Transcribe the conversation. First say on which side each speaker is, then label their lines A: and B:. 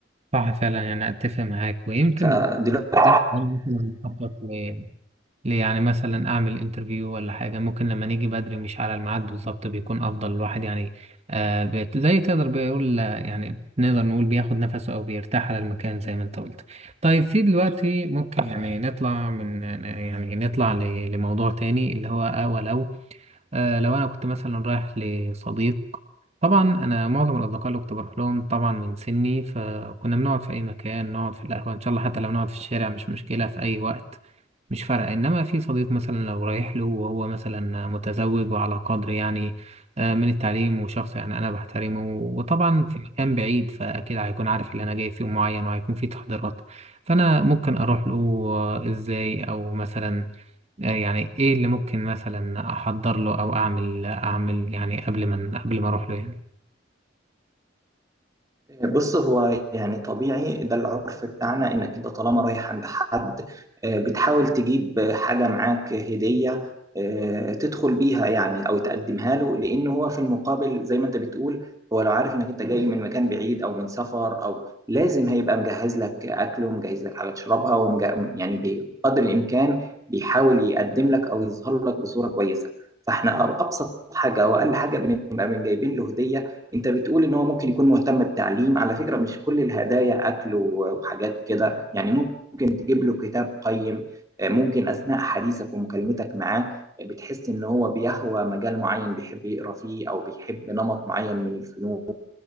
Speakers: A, on the right; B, on the right.
A: صح فعلا يعني أتفق معاك ويمكن
B: فدلوقتي
A: أنا مثلا أخطط ل- ل- يعني مثلا أعمل انترفيو ولا حاجة ممكن لما نيجي بدري مش على الميعاد بالظبط بيكون أفضل الواحد يعني آه بيت- زي تقدر بيقول آه، يعني نقدر نقول بياخد نفسه أو بيرتاح على المكان زي ما أنت قلت طيب في دلوقتي ممكن يعني نطلع من يعني نطلع ل- لموضوع تاني اللي هو آه ولو آه لو أنا كنت مثلا رايح لصديق طبعا انا معظم الاصدقاء اللي كنت بروح لهم طبعا من سني فكنا بنقعد في اي مكان نقعد في القهوه ان شاء الله حتى لو نقعد في الشارع مش مشكله في اي وقت مش فارقه انما في صديق مثلا لو رايح له وهو مثلا متزوج وعلى قدر يعني آه، من التعليم وشخص يعني انا بحترمه وطبعا في مكان بعيد فاكيد هيكون عارف اللي انا جاي في يوم معين وهيكون في تحضيرات فانا ممكن اروح له آه، ازاي او مثلا آه، يعني ايه اللي ممكن مثلا احضر له او اعمل اعمل يعني قبل ما قبل ما اروح له يعني
B: بص هو يعني طبيعي ده العرف بتاعنا انك انت طالما رايح عند حد آه، بتحاول تجيب حاجة معاك هدية آه، تدخل بيها يعني او تقدمها له لان هو في المقابل زي ما انت بتقول هو لو عارف انك انت جاي من مكان بعيد او من سفر او لازم هيبقى مجهز لك اكل ومجهز لك حاجة تشربها ومج- يعني بقدر الامكان بيحاول يقدم لك او يظهر لك بصورة كويسة فاحنا ابسط حاجة واقل حاجة بنبقى من جايبين له هدية انت بتقول ان هو ممكن يكون مهتم بالتعليم على فكرة مش كل الهدايا اكل و- وحاجات كده يعني ممكن تجيب له كتاب قيم آه، ممكن اثناء حديثك ومكالمتك معاه آه، بتحس ان هو بيهوى مجال معين بيحب يقرا فيه او بيحب نمط معين من الفنون